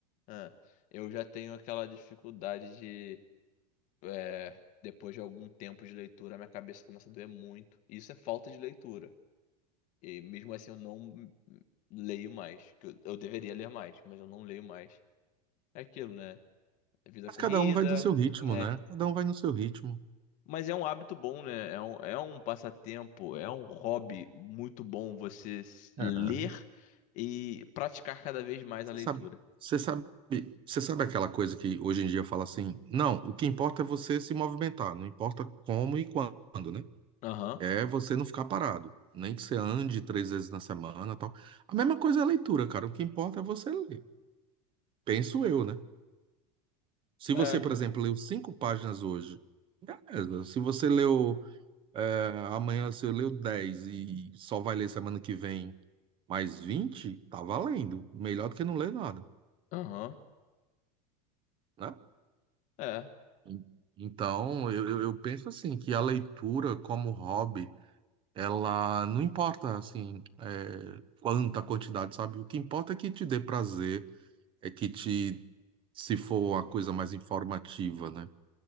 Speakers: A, on the left (about 35°); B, on the right (about 25°).
A: é, eu já tenho aquela dificuldade de é, depois de algum tempo de leitura, minha cabeça começa a doer muito. E Isso é falta de leitura. E mesmo assim eu não leio mais. que Eu, eu deveria ler mais, mas eu não leio mais. É aquilo, né? É vida
B: Mas
A: corrida.
B: cada um vai no seu ritmo,
A: é,
B: né? Cada um vai no seu ritmo.
A: Mas é um hábito bom, né? É um, é um passatempo, é um hobby muito bom você s- ler
B: É.
A: e praticar cada vez mais
B: Você
A: a leitura.
B: sabe, você sabe, você sabe aquela coisa que hoje em dia fala assim, não, o que importa é você se movimentar, não importa como e quando, né?
A: Aham,
B: É você não ficar parado, nem que você ande três vezes na semana, tal. A mesma coisa é a leitura, cara. O que importa é você ler. Penso eu, né? Se você,
A: é,
B: por exemplo, leu cinco páginas hoje, beleza. Se você leu, é, amanhã você leu 10 e só vai ler semana que vem mais 20, tá valendo. Melhor do que não ler nada.
A: aham,
B: né?
A: é,
B: En- Então, eu, eu eu penso assim, que a leitura como hobby, ela não importa, assim, é, quanta quantidade, sabe? O que importa é que te dê prazer, é que te, se for a coisa mais informativa, né?